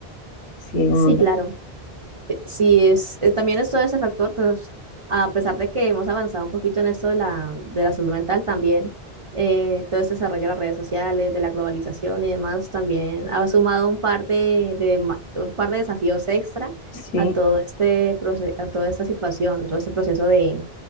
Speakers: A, on the left; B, on the right.
A: sí, un
B: Sí,
A: mundo,
B: claro. eh, Sí, es, eh, también es todo ese factor, pues a pesar de que hemos avanzado un poquito en esto de la, de la salud mental, también eh, todo este desarrollo de las redes sociales, de la globalización y demás, también ha sumado un par de, de ma- un par de desafíos extra
A: sí.
B: a todo este proce- a toda esta situación, todo este proceso de,